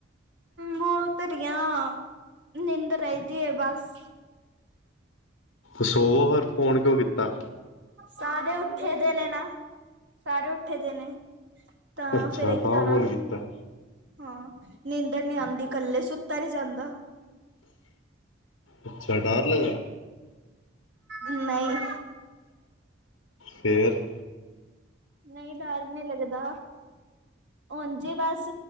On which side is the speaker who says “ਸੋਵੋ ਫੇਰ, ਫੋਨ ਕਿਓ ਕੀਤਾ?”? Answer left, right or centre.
Left